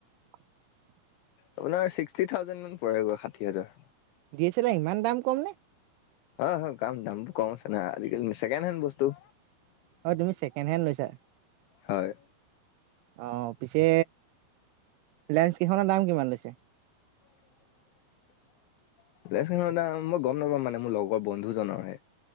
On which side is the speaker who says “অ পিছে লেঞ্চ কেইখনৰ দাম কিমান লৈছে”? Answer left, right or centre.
Right